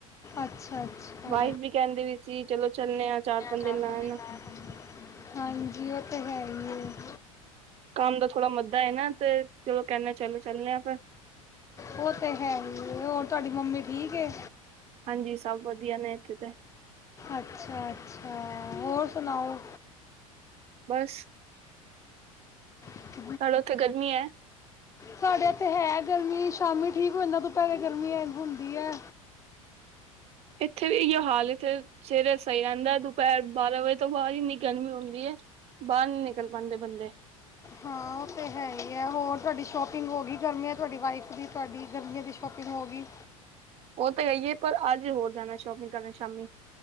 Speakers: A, on the left (about 15°); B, on the right (about 35°).
A: ਅੱਛਾ ਅੱਛਾ
B: ਵਾਈਫ ਵੀ ਕਹਿੰਦੀ ਵੀ ਸੀ ਚਲੋ ਚੱਲਣੇ ਆ ਪੰਜ
A: ਚਾਰ
B: ਦਿਨ
A: <inaudible>
B: ਲਾਣ
A: ਹਾਂਜੀ ਉਹ ਤੇ ਹੈ ਹੀ।
B: ਕੰਮ ਦਾ ਥੋੜ੍ਹਾ ਮੰਦਾ ਐ ਨਾ ਤੇ ਚਲੋ ਕਹਿੰਦੇ ਚਲੋ ਚੱਲਣੇ ਆ ਫਿਰ।
A: ਉਹ ਤੇ ਹੈ ਹੀ ਹੋਰ ਤੁਹਾਡੀ ਮੰਮੀ ਠੀਕ ਐ।
B: ਹਾਂਜੀ ਸਭ ਵਧੀਆ ਨੇ ਇੱਥੇ ਤੇ
A: ਅੱਛਾ ਅੱਛਾ ਹੋਰ। ਸੁਣਾਓ।
B: ਬਸ
A: <unintelligible>
B: ਸਾਡੇ ਉੱਥੇ ਗਰਮੀ ਹੈ
A: ਤੁਹਾਡੇ ਉੱਥੇ ਹੈ। ਗਰਮੀ ਸ਼ਾਮੀ ਠੀਕ ਹੋ ਜਾਣਾ ਦੁਪਹਿਰੇ ਗਰਮੀ ਹੈ ਹੁੰਦੀ ਹੈ।
B: ਇੱਥੇ ਵੀ ਏਹਿ ਓ ਹਾਲ ਇੱਥੇ ਸਵੇਰੇ ਸਹੀ ਰਹਿੰਦਾ ਦੁਪਹਿਰ ਬਾਰਾਂ ਵਜੇ ਤੋਂ ਬਾਅਦ ਇੰਨੀ ਗਰਮੀ ਹੁੰਦੀ ਹੈ ਬਾਹਰ ਨੀ ਨਿਕਲ ਪਾਉਂਦੇ ਬੰਦੇ
A: ਹਾਂ ਉਹ ਤੇ ਹੈ ਹੀ ਹੈ ਹੋਰ ਤੁਹਾਡੀ। ਸ਼ੋਪਿੰਗ ਹੋ ਗਈ ਗਰਮੀਆਂ ਤੁਹਾਡੀ ਵਾਈਫ ਦੀ ਤੁਹਾਡੀ ਗਰਮੀਆਂ ਦੀ ਸ਼ੋਪਿੰਗ ਹੋ ਗਈ।
B: ਉਹ ਤਾਂ ਹੈਈਏ, ਪਰ ਅੱਜ ਹੋਰ ਜਾਣਾ ਸ਼ੋਪਿੰਗ ਕਰਨ ਸ਼ਾਮੀ,